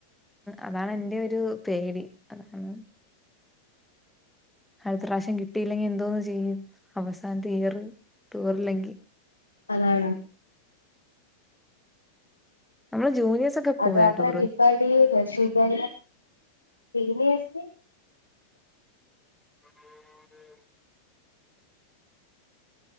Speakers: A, in the centre; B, on the left.
A: അതാണ് എറെ ഒരു പേടി അതാണ്. അടുത്ത പ്രാവശ്യം കിട്ടിയില്ലെങ്കിൽ എന്തോന്നന്ന് ചെയ്യും അവസാനത ഇയർ ടൂറല്ലെങ്കിൽ
B: അതാണ്.
A: നമ്മള് ജൂനിയേഴ്സ് ഒക്കെ പോയാ
B: അത് മാത്രം
A: ടൂറ്
B: ട്രിപ്പായിട്ട് <unintelligible> സിനിയേഴ്‌സ്
A: <inaudible>